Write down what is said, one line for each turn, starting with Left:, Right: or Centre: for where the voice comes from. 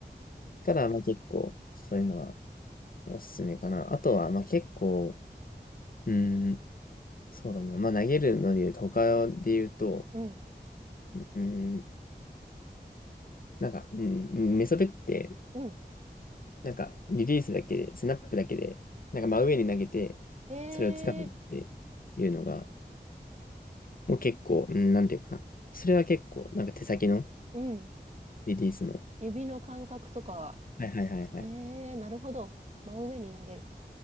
Left: から、まあ結構、そういうのはおすすめかな。あとは、まあ結構、うーん、そうだな。まあ投げるので言うと、他で言うと、
Right: うん。
Left: うーん、なんか、うん、メソベって、
Right: うん。
Left: なんかリリースだけで、スナップだけで、なんか真上に投げて、
Right: ええ
Left: それを掴むっていうのが、もう結構、うん、なんていうかな。それは結構、なんか手先の
Right: うん。
Left: リリースの、
Right: 指の感覚とか、
Left: はいはいはいはい。
Right: ええなるほど。真上に投げる。